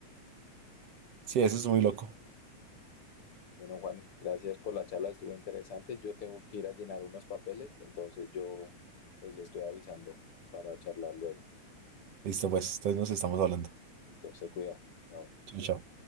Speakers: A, on the right (about 60°); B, on the left (about 55°).
A: Sí, eso es muy loco.
B: Bueno, Juan, gracias por la charla, estuvo interesante. Yo tengo que ir a llenar unos papeles, entonces yo pues le estoy avisando para charlar luego.
A: Listo, pues, entonces nos estamos hablando.
B: Listo, se cuida. Chao.
A: Chao, chao.